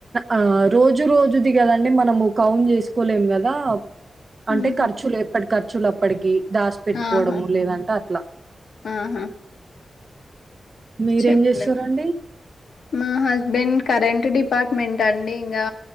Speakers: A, on the right; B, on the left.
A: ఆ రోజు రోజుది కదండి మనము కౌ చేకోలేం కదా అంటే
B: ఉహు
A: ఖర్చులు ఎప్పటి ఖర్చులు అప్పటికి దాసి పెట్టుకోవడము
B: ఆహా
A: లేదంటే అట్లా
B: ఆహా
A: మీరేం
B: చెప్పలేము
A: చేస్తురండి,
B: మా హస్బెండ్ కరెంట్ డిపార్ట్మెంట్ అండి ఇంకా